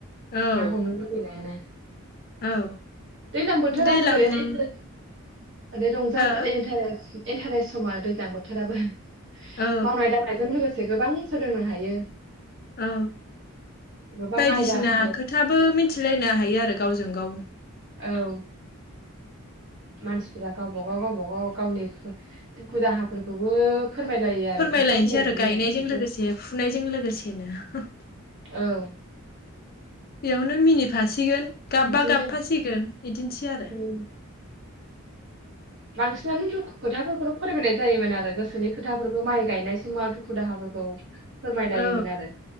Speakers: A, on the left; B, on the right.
A: औ
B: ना हमनो लुगैनायानो।
A: औ
B: दैज्लां बोथोराव
A: दैलां
B: <inaudible> इन्टारेस्ट
A: मो हो
B: समा दैज्लां बोथोराबो
A: औ
B: मावनाय दांनायजों लोगोसे गोबां सोलोंनो हायो।
A: औ
B: गोबां
A: बायदिसिना
B: आयदा खायदा
A: खोथाबो मिथिलायनो हायो आरो गावजों गाव।
B: औ मानसिफोरा गावब गाव गावबा गाव गावनि दुखु दाहाफोरखौबो फोरमायलायो।
A: फोरमायलायनोसै
B: आरो खायफा मिलायनाय
A: आरो गायनायजों
B: मिलायैफोरजों
A: लोगोसे फुनायजों लोगोसेनो।
B: औ
A: बेयावनो मिनिफासिगोन गाबबा
B: बिदिनो
A: गाबफासिगोन बिदिनोसै आरो।
B: उम बांसिनानो दुखु खोथाफोरखौनो फोरमायनाय जायोमोन आरो गोसोनि खोथाफोरखौ माइ गायनाय समाव दुखु दुखु दाहाफोरखौ फोरमायलायोमोन
A: औ
B: आरो